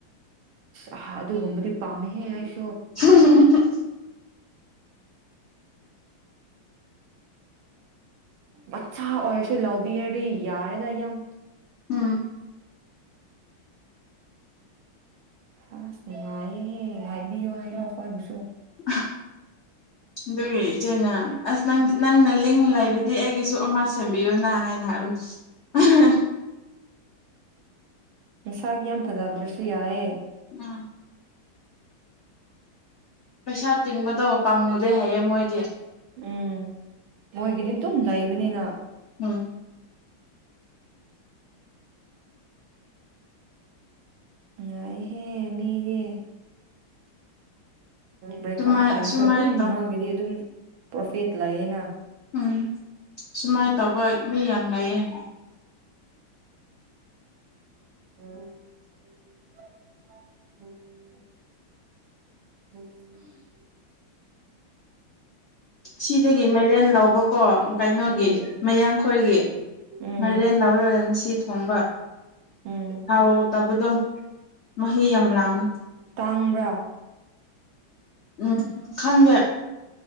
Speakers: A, on the right; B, on the left.
A: ꯑꯍꯥ ꯑꯗꯨꯒꯨꯝꯕꯗꯤ ꯄꯥꯝꯃꯦꯍꯦ ꯑꯩ-
B: ꯎꯝ ꯎꯍꯨꯝ ꯎꯍꯨꯝ ꯎꯍꯨꯝ
A: ꯃꯆꯥ ꯑꯣꯏꯔꯁꯨ ꯂꯧꯕꯤꯔꯗꯤ ꯌꯥꯔꯦꯗ ꯏꯌꯥꯝ
B: ꯎꯝ
A: ꯑꯁ ꯅꯨꯡꯉꯥꯏꯅꯤꯍꯦ ꯍꯥꯏꯕꯤꯌꯣ ꯍꯥꯏꯌꯣ ꯑꯩꯈꯣꯏꯕꯨ-
B: ꯑꯍ ꯑꯗꯨꯒꯤ ꯏꯆꯦꯅ ꯑꯁ ꯅꯪ ꯅꯪꯅ ꯂꯤꯡ ꯂꯩꯔꯗꯤ ꯑꯩꯒꯤꯁꯨ ꯑꯃ ꯁꯦꯝꯕꯤꯌꯨꯅ ꯍꯥꯏ ꯉꯥꯏꯕ ꯎꯝꯁꯤ ꯑꯍ ꯍ
A: ꯃꯁꯛ ꯌꯥꯝ ꯐꯖꯗ꯭ꯔꯁꯨ ꯌꯥꯏꯌꯦ
B: ꯑꯥ ꯄꯩꯁꯥ ꯇꯤꯡꯕꯗꯣ ꯄꯥꯝꯃꯨꯗꯦ ꯍꯥꯏꯌꯦ ꯃꯣꯏꯗꯤ
A: ꯎꯝ ꯃꯣꯏꯒꯤꯗꯤ ꯗꯨꯝ ꯂꯩꯕꯅꯤꯅ
B: ꯎꯝ
A: ꯅꯨꯡꯉꯥꯏꯍꯦ ꯃꯤꯗꯤ ꯕ꯭ꯔꯦꯛ
B: ꯁꯨꯃꯥꯏ
A: ꯑꯞ ꯇꯧꯔꯁꯨ
B: ꯑꯁꯨꯃꯥꯏ
A: ꯑꯗꯨꯝ
B: ꯇꯧ
A: ꯃꯥꯒꯤꯗꯤ ꯑꯗꯨꯝ ꯄ꯭ꯔꯣꯐꯦꯠ ꯂꯌꯦꯅ
B: ꯎꯝ ꯁꯨꯃꯥꯏꯅ ꯇꯧꯕ ꯃꯤ ꯌꯥꯝ ꯂꯩꯌꯦ <inaudible>
A: <inaudible> <inaudible>
B: ꯁꯤꯗꯒꯤ ꯃꯥꯏꯔꯦꯟ ꯂꯧꯕꯀꯣ ꯀꯩꯅꯣꯒꯤ
A: ꯎꯝ
B: ꯃꯌꯥꯡꯈꯣꯏꯒꯤ
A: ꯎꯝ
B: ꯃꯥꯏꯔꯦꯟ ꯂꯧꯔꯒ ꯉꯁꯤ ꯊꯣꯡꯕ
A: ꯎꯝ
B: ꯍꯥꯎ ꯇꯕꯗꯣ ꯃꯍꯤ ꯌꯥꯝ ꯂꯥꯡꯉꯤ
A: ꯇꯥꯡꯕ꯭ꯔꯥ
B: ꯎꯝ ꯈꯪꯗꯦ